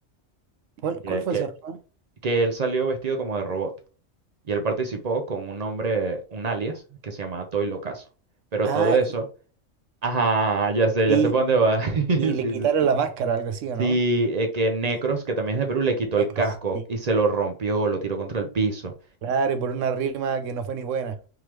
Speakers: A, on the right; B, on the right.
A: ¿Cuál,
B: Que,
A: cuál fue
B: que,
A: ese error?
B: que él salió vestido como de robot. Y él participó con un nombre, un alias, que se llamaba Toy Locazo. Pero
A: Ah,
B: todo eso
A: y,
B: Ajá, ya sé,
A: y,
B: ya sé por dónde va. <laughs>
A: y le
B: Sí,
A: quitaron
B: sí.
A: la máscara, algo así, ¿o
B: Sí,
A: no?
B: eh, que Necros,
A: Y
B: que también es de Perú, le quitó
A: negros,
B: el casco
A: sí.
B: y se lo rompió, lo tiró contra el piso.
A: Claro, y por una rima que no fue ni buena.